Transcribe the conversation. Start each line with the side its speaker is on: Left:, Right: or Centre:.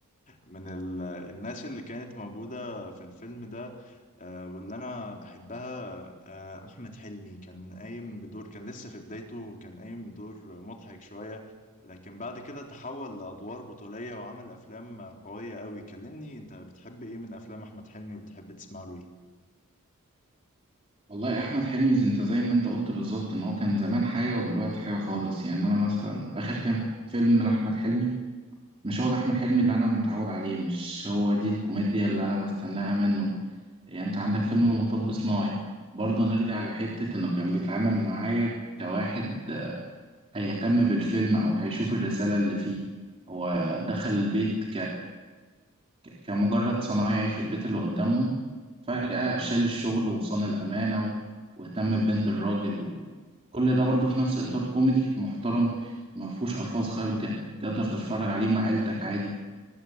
Left: من ال الناس اللي كانت موجودة في الفيلم ده آه، واللي أنا بحبها آه، أحمد حلمي كان قايم بدور كان لسه في بدايته كان قايم بدور مضحك شوية لكن بعد كده تحول لأدوار بطولية وعمل أفلام قوية قوي كلمني أنت بتحب إيه من أفلام أحمد حلمي وبتحب تسمع له إيه؟
Right: والله يا أحمد حلمي زي- أنت زي ما أنت قلت بالظبط إن هو كان زمان حاجة ودلوقتي حاجة خالص يعني أنا مثلا آخر كام فيلم لأحمد حلمي مش هو ده أحمد حلمي اللي أنا متعود عليه مش هو دي الكوميديا اللي أنا بستناها منه يعني أنت عندك فيلم مطب صناعي برضه نرجع لحتة إنه كان بيتعامل معايا كواحد آه، هيهتم بالفيلم أو هيشوف الرسالة اللي فيه هو دخل البيت ك- كمجرد صنايعي في البيت اللي قدامهم فجأة شال الشغل وصان الأمانة و- واهتم ببنت الراجل وكل ده برضه في نفس إطار كوميدي محترم ما فيهوش ألفاظ خارجة تقدر تتفرج عليه مع عيلتك عادي